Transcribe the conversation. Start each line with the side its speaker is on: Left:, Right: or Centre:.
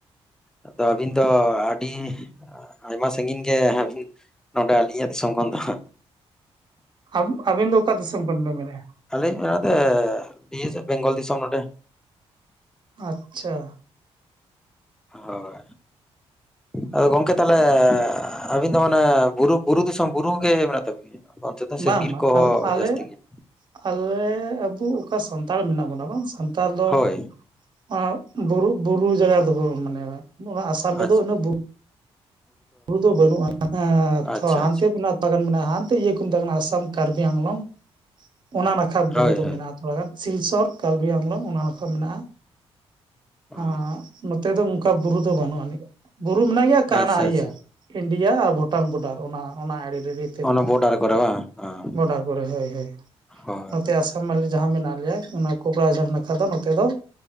Centre: ᱟᱫᱚ ᱟᱹᱵᱤᱱ ᱫᱚ, ᱟᱹᱰᱤ ᱟᱭᱢᱟ ᱥᱟᱺᱜᱤᱧ ᱜᱮ ᱱᱚᱰᱮ ᱟᱹᱞᱤᱧᱟᱜ ᱫᱤᱥᱚᱢ ᱠᱷᱚᱱ ᱫᱚ ᱦᱟᱸᱜ?
Right: ᱟ, ᱟᱵᱤᱱ ᱫᱚ ᱚᱠᱟ ᱫᱤᱥᱚᱢ ᱠᱷᱚᱱ ᱵᱮᱱ ᱢᱮᱱᱮᱜᱼᱟ?
Centre: ᱟᱞᱤᱧ ᱢᱮᱱᱛᱮ ᱱᱤᱭᱟᱹ ᱵᱮᱝᱜᱚᱞ ᱫᱤᱥᱚᱢ ᱱᱚᱸᱰᱮ᱾
Right: ᱟᱪᱪᱷᱟ,
Centre: ᱦᱳᱭ, ᱟᱫᱚ ᱜᱚᱢᱠᱮ ᱛᱟᱦᱚᱞᱮ ᱟᱹᱵᱤᱱ ᱫᱚ ᱢᱟᱱᱮ ᱵᱩᱨᱩ, ᱵᱩᱨᱩ ᱫᱤᱥᱚᱢ ᱵᱩᱨᱩ ᱜᱮ ᱢᱮᱱᱟᱜ ᱛᱟᱵᱤᱱᱟ? ᱚᱱᱛᱮ ᱫᱚ ᱥᱮ
Right: ᱵᱟᱝ,
Centre: ᱵᱤᱨ
Right: ᱵᱟᱝ
Centre: ᱠᱚᱦᱚᱸ
Right: ᱟᱞ, ᱟᱞᱮ
Centre: ᱡᱟᱹᱥᱛᱤ ᱜᱮᱭᱟ?
Right: ᱟᱞᱮ ᱟᱵᱚ ᱚᱠᱟ ᱥᱟᱱᱛᱟᱲ ᱢᱮᱱᱟᱜ ᱵᱚᱱᱟ, ᱵᱟᱝ ᱥᱟᱱᱛᱟᱲ ᱫᱚ
Centre: ᱦᱳᱭ
Right: ᱚᱱᱟ ᱵᱩᱨᱩ, ᱵᱩᱨᱩ ᱡᱟᱭᱜᱟ ᱨᱮᱫᱚ ᱵᱚᱱ ᱢᱟᱱᱮ, ᱚᱱᱟ ᱟᱥᱟᱢ
Centre: ᱟᱪᱪᱷᱟ
Right: ᱨᱮᱫᱚ ᱩᱱᱟᱹᱜ ᱵᱩ ᱵᱩᱨᱩ ᱫᱚ ᱵᱟᱹᱱᱩᱜᱼᱟ, ᱦᱮ
Centre: ᱟᱪᱪᱷᱟ
Right: ᱛᱷᱚ ᱦᱟᱱᱛᱮ
Centre: ᱟᱪᱪᱷᱟ
Right: ᱢᱮᱱᱟᱜᱼᱟ᱾ ᱛᱟᱜᱟᱱ ᱢᱮᱱᱟᱜᱼᱟ ᱦᱟᱱᱛᱮ ᱤᱭᱟᱹ ᱠᱚ ᱢᱮᱛᱟᱜ ᱠᱟᱱᱟ ᱟᱥᱟᱢ, ᱠᱟᱨᱵᱤ, ᱟᱝᱞᱚᱝ, ᱚᱱᱟ ᱱᱟᱠᱷᱟ ᱵᱩᱨᱩ
Centre: ᱦᱳᱭ
Right: ᱫᱚ
Centre: ᱦᱳᱭ
Right: ᱢᱮᱱᱟᱜᱼᱟ᱾ ᱛᱷᱚᱲᱟᱜᱟᱱ ᱥᱤᱞᱥᱚᱨ ᱠᱟᱞᱵᱤ ᱟᱝᱞᱚᱝ ᱚᱱᱟ ᱱᱟᱠᱷᱟ ᱢᱮᱱᱟᱜᱼᱟ᱾
Centre: ᱦᱩᱸ,
Right: ᱟᱸ ᱱᱚᱛᱮ ᱫᱚ ᱚᱱᱠᱟ ᱵᱩᱨᱩ ᱫᱚ ᱵᱟᱹᱱᱩᱜ ᱟᱹᱱᱤᱡ, ᱵᱩᱨᱩ ᱢᱮᱱᱟᱜ ᱜᱮᱭᱟ ᱠᱟᱱᱟᱜ
Centre: ᱟᱪᱪᱷᱟ
Right: ᱤᱭᱟᱹ᱾
Centre: ᱟᱪᱪᱷᱟ
Right: ᱤᱱᱰᱤᱭᱟ ᱵᱷᱩᱴᱟᱱ ᱵᱳᱰᱟᱨ ᱚᱱᱟ ᱚᱱᱟ ᱟᱲᱮ ᱟᱲᱮᱰᱤ ᱛᱮ
Centre: ᱚᱱᱟ
Right: ᱢᱮᱱᱟᱜᱼᱟ᱾
Centre: ᱵᱚᱰᱟᱨ ᱠᱚᱨᱮ ᱵᱟᱝ? ᱦᱮᱸ
Right: ᱵᱚᱰᱟ ᱠᱚᱨᱮ ᱦᱳᱭ-ᱦᱳᱭ
Centre: ᱦᱳᱭ
Right: ᱱᱚᱛᱮ ᱟᱥᱟᱢ ᱢᱟᱞᱮ ᱡᱟᱦᱟᱸ ᱢᱮᱱᱟᱜ ᱞᱮᱭᱟ ᱚᱱᱟ ᱠᱚᱠᱲᱟ ᱡᱷᱟᱨᱱᱟ ᱱᱟᱠᱷᱟ ᱫᱚ ᱱᱚᱛᱮ ᱫᱚ᱾